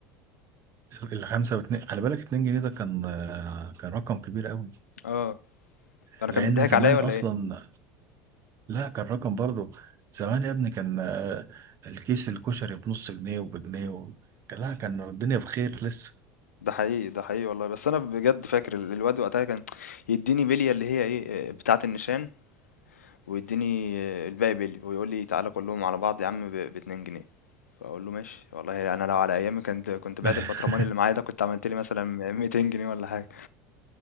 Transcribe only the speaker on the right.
الخمسة واتنين خلي بالك اتنين جنيه ده كان آه، كان رقم كبير قوي
لأن
زمان
أصلا
لا كان رقم برضو زمان يا ابني كان آه، الكيس الكشري بنص جنيه وبجنيه و... كان- لا كان الدنيا بخير لسه
<laughs>